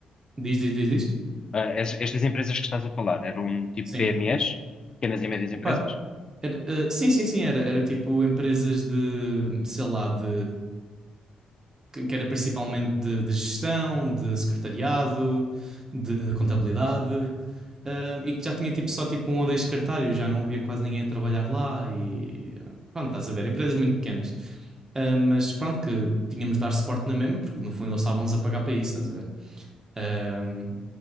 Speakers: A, on the right; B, on the left.
A: Diz, diz, diz, diz.
B: Ah, es- estas empresas que estás a falar eram tipo
A: Sim.
B: PMEs? Pequenas e médias empresas?
A: Epá, era, eh, sim, sim, sim, era, era tipo empresas de, sei lá, de, que que era principalmente de, de gestão, de secretariado, de contabilidade, eh, e que já tinha tipo só tipo um ou dois secretários, já não havia quase ninguém a trabalhar lá e eh, pronto, estás a ver, empresas muito pequenas. Ah, mas pronto, que tínhamos de dar suporte na mesma, porque no fundo eles estavam-nos a pagar para isso, estás a ver? Ahm,